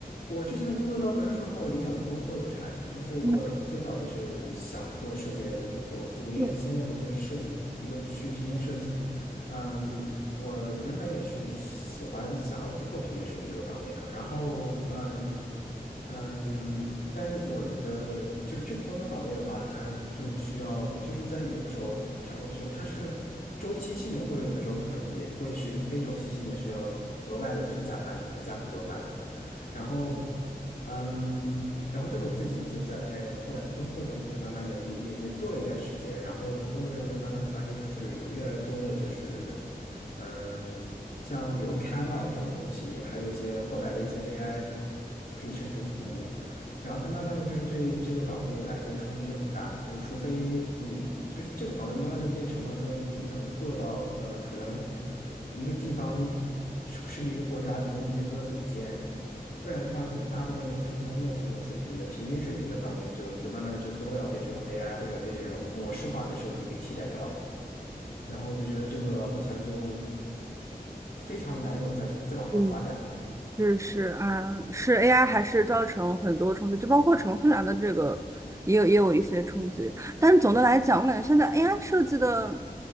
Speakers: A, on the left; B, on the right.
A: 我之前的工作倒不是说和我理想的工作有差距，就是我最早也是想做设计类的工作，
B: 嗯，
A: 就我原先的工作是设计，
B: 对
A: 一个是平面设计，嗯，我原本也是喜欢想要做平面设计这个岗位的，然后嗯嗯，但是我的就是这个工作岗位的话，它就需要就是在有的时候它会需要，它是周期性的，或者有的时候可能也会是非周期性的，需要额外的去加班，加很多班，然后。嗯，然后就是我自己就在后来的工作中，就是慢慢的也也也做了一段时间，然后工作中就慢慢发现，就是有越来越多的，就是嗯，像有 Canva 这种东西，还有一些后来的一些 AI 可以生成图，然后它慢慢的就是对这个岗位来说冲击就很大，就是除非你就是这个岗位慢慢的变成了说你能做到，嗯，可能一个地方甚至一个国家，可能你得做到顶尖。不然的话，可能大部分的普通的这种水平的平均水平的岗位就，就慢慢的就都要被这种 AI 或者被这种模式化的设计给替代掉了。然后我就觉得这个好像就非常难有再再往上发展了。
B: 嗯。是是，嗯，是 AI 还是造成很多冲击，就包括程序员的这个，也有也有一些冲击。但总的来讲，我感觉现在 AI 设计的